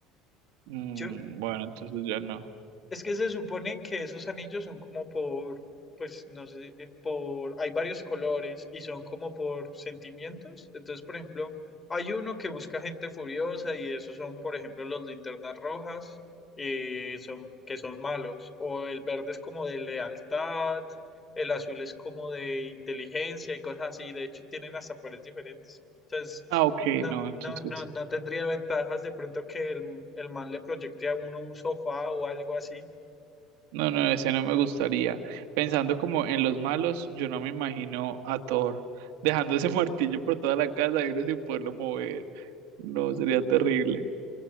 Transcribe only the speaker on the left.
Yo,
Es que se supone que esos anillos son como por, pues no sé, eh, por, hay varios colores y son como por sentimientos. Entonces, por ejemplo, hay uno que busca gente furiosa y esos son, por ejemplo, los linternas rojas, eh, son, que son malos. O el verde es como de lealtad, el azul es como de inteligencia y cosas así. De hecho, tienen hasta poderes diferentes. Entonces,
no,
no, no, no tendría ventajas de pronto que el, el man le proyecte a uno un sofá o algo así.